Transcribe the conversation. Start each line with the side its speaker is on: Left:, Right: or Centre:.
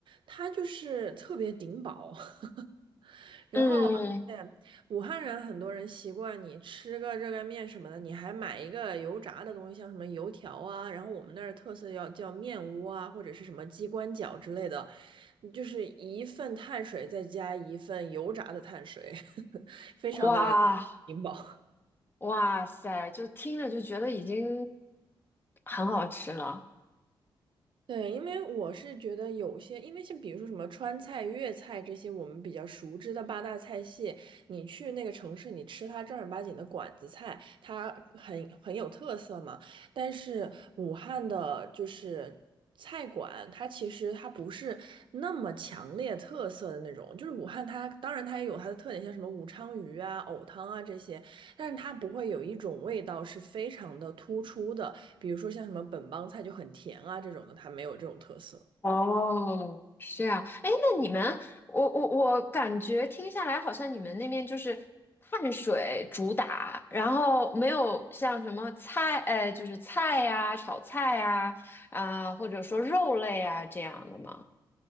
Right: 它就是特别顶饱。<laughs> 然后，
Left: 嗯，
Right: 而且武汉人很多人习惯你吃个热干面什么的，你还买一个油炸的东西，像什么油条啊，然后我们那儿特色要叫面窝啊，或者是什么鸡冠饺之类的，就是一份碳水再加一份油炸的碳水，<laughs> 非常的顶饱。
Left: 哇哇塞，就听着就觉得已经很好吃了。
Right: 对，因为我是觉得有些，因为像比如说什么川菜、粤菜这些我们比较熟知的八大菜系，你去那个城市，你吃它正儿八经的馆子菜，它很很有特色嘛。但是武汉的就是菜馆，它其实它不是那么强烈特色的那种。就是武汉它当然它也有它的特点，像什么武昌鱼啊、藕汤啊这些，但是它不会有一种味道是非常的突出的。比如说像什么本帮菜就很甜啊这种的，它没有这种特色。
Left: 哦，是这样。哎，那你们，我我我感觉听下来，好像你们那边就是碳水主打，然后没有像什么菜，呃，就是菜呀、炒菜呀、啊，或者说肉类啊这样的吗？